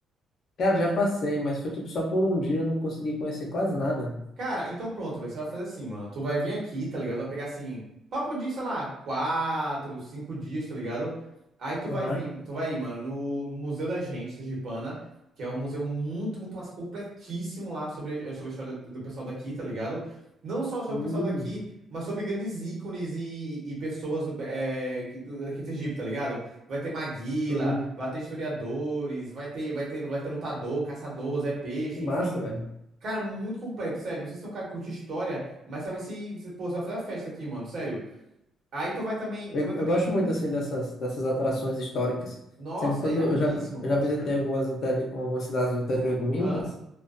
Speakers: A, on the left; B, on the right.
A: Cara, já passei, mas foi tipo só por um dia, eu não consegui conhecer quase nada.
B: Cara, então pronto, velho. Você vai fazer assim, mano. Tu vai vir aqui, tá ligado? Vai pegar assim, papo de, sei lá, quatro, cinco dias, tá ligado? Aí tu vai
A: Aham.
B: vir, tu vai ir, mano, no, no Museu da Gente, Sergipana, que é um museu muito, muito massa, completíssimo lá sobre, eh, sobre a história do, do pessoal daqui, tá ligado? Não só sobre
A: Hum,
B: o pessoal daqui, mas sobre grandes ícones e, e pessoas eh, que, do, daqui de Sergipe, tá ligado? Vai ter Maguila,
A: hum.
B: vai ter historiadores, vai ter, vai ter, vai ter lutador, caçador, Zé Peixe,
A: Que massa,
B: enfim.
A: velho.
B: Cara, muito completo, sério. Não sei se é um cara que curte história, mas sabe se, se- pô, você vai fazer a festa aqui, mano, sério. Aí tu vai também,
A: Eu,
B: tu vai
A: eu
B: também.
A: gosto muito assim dessas, dessas atrações históricas.
B: Nossa,
A: Sempre quando
B: é iradíssimo,
A: eu já, eu
B: pô.
A: já visitei algumas, interi- algumas cidades do interior do Minas.
B: Ah,